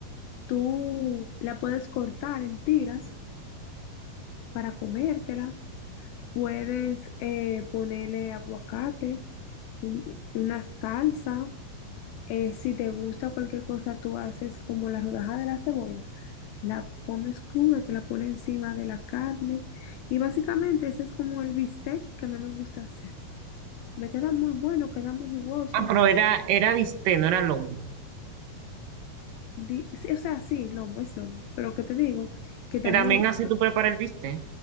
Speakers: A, on the left; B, on the right.
A: Tú la puedes cortar en tiras para comértela. Puedes eh, ponerle aguacate, un- una salsa. Eh, si te gusta cualquier cosa, tú haces como la rodaja de la cebolla. La comes cruda, te la pones encima de la carne. Y básicamente ese es como el bistec que a mí me gusta hacer. Me queda muy bueno, queda muy jugoso.
B: Ah, pero era, era bistec, no era lomo.
A: di- sí, o sea, sí, lomo, es lomo. Pero que te digo que también
B: Que también así tú preparas el bistec.